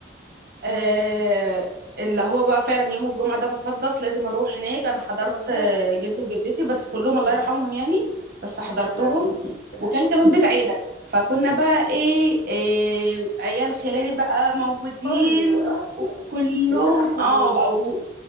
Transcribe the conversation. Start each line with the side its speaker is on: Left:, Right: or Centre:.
Right: آه،
Left: امم
Right: اللي هو بقى فعلا يوم الجمعة ده مقدس لازم أروح هناك أنا حضرت
Left: بالظبط
Right: آه، جدي وجدتي بس كلهم الله
Left: امم
Right: يرحمهم يعني بس حضرتهم
Left: امم الله يرحمه ربنا
Right: وكان
Left: يرحمه
Right: كمان بيت عيلة فكنا بقى إيه, إيه عيال خلاني بقى موجودين
Left: كله اه
Right: كلهم
Left: بيبقى احلى
Right: اه
Left: يوم
Right: بقوا